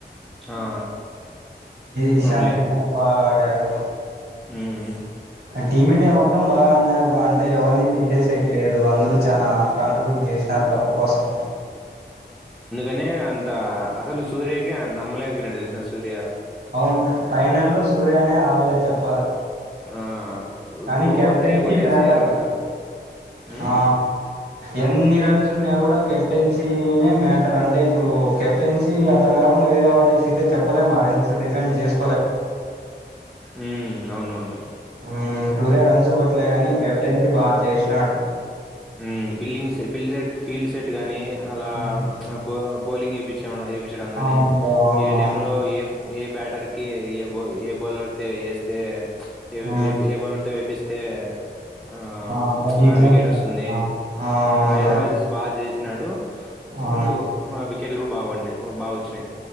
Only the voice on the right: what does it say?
ఇశాన్
కిషాన్ బాగా ఆడాడు
టీమిండియా మొత్తం బాగా ఆడి నా ఇప్పుడు అంటే ఎవరిని తీసేసేక లేదు అందరూ చానా కాంట్రిబ్యూట్ చేసినారు కప్పు కోసం
అవును ఫైనల్ లో సూర్య అడాల చెప్పు
కానీ
కెప్టెన్సీ
మ్యాటర్
బ్రో
ఆ ఎన్ని రన్స్ ఉన్నా కూడా కెప్టెన్సీ మ్యాటర్ అంటే ఇప్పుడు కెప్టెన్సీ అట్లా కాకుండా వేరే వాల్ల కుసింటే చెప్పలేం ఆరేండు డిఫెండ్ చేసు
హు చూ సిక్స్ కోట్లే గాని కెప్టెన్సీ బాగా చేసినాడు
మ్మ్.
అవును బ్రో, అవునవును
మ్మ్.
అట్లా వీక్నెస్
ఆ
అవును
బ్రో
ఆ